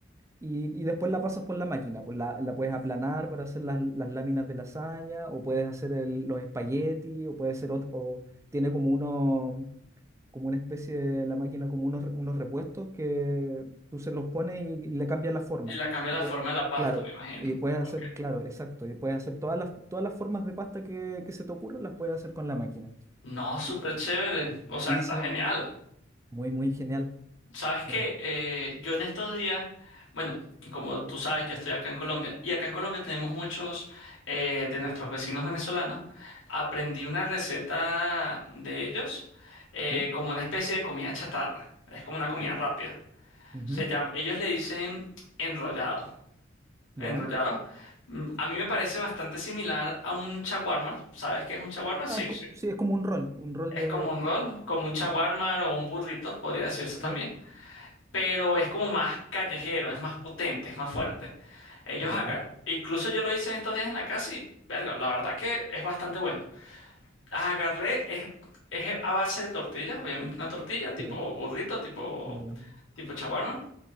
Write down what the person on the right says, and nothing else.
y, y después la pasas por la máquina, pues la, la puedes aplanar para hacer las, las láminas de lasaña, o puedes hacer el- los espaguetis, o puede ser ot- o tiene como uno como una especie de la máquina, como unos, unos repuestos que tú se los pones y, y le cambias la forma.
Y
pue-
claro,
y puedes
hacer, claro, exacto, y puedes hacer todas las, todas las formas de pasta que, que se te ocurran, las puedes hacer con la máquina.
Y
sí,
sí,
muy, muy genial.
Eh,
sí,
y-
ujú,
ya.
Ah, es co-
sí, es como un rol, un rol
de...
sí,
sí,
ya,
sí,
como la-